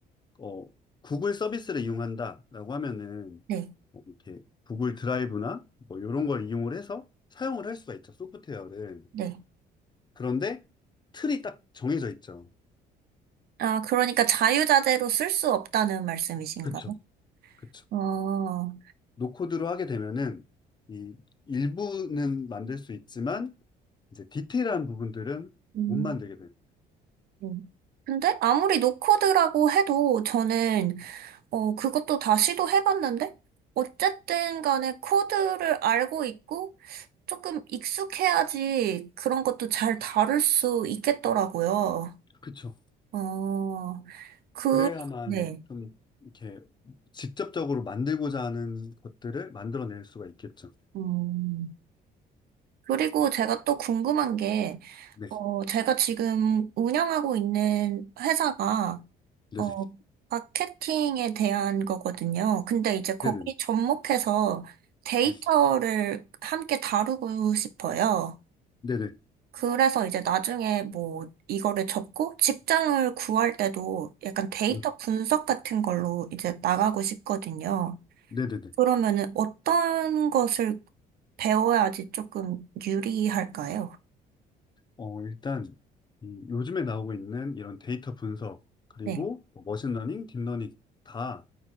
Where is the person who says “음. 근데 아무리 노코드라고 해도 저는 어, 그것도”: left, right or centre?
Right